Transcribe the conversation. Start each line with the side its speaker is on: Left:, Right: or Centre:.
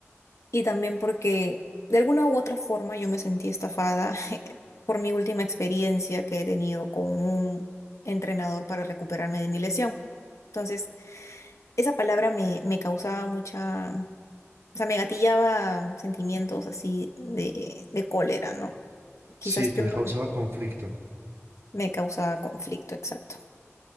Left: Y también porque de alguna u otra forma yo me sentí estafada <laughs> por mi última experiencia que he tenido con un entrenador para recuperarme de mi lesión. Entonces, esa palabra me, me causaba mucha, o sea, me gatillaba sentimientos así de, de cólera, ¿no? Quizás
Right: Sí, te
Left: yo no
Right: causaba conflicto.
Left: me causaba conflicto, exacto.